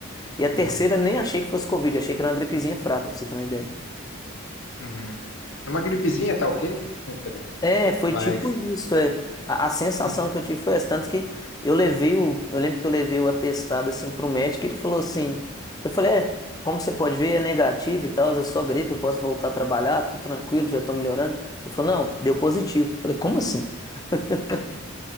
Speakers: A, on the left (about 20°); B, on the left (about 65°).
A: E a
B: Uhum.
A: terceira nem achei que fosse Covid, achei que era uma gripezinha fraca, pra você ter uma ideia.
B: Uhum. É uma gripezinha, tá ok? <laughs> Brincadeira.
A: É, foi
B: Mas,
A: tipo isso, é. A, a sensação
B: <laughs>
A: que eu tive foi essa, tanto que eu levei o, eu lembro que eu levei o atestado assim pro médico, e ele falou assim, eu falei, é, como você pode ver, é negativo e tal, é só gripe, eu posso voltar a trabalhar, tô tranquilo, já tô melhorando. Ele falou, não, deu positivo. Eu falei, como assim? <laughs>